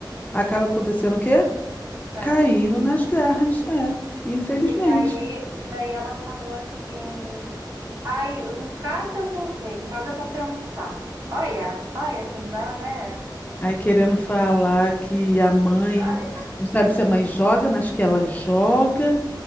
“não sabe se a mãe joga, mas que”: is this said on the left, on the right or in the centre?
Left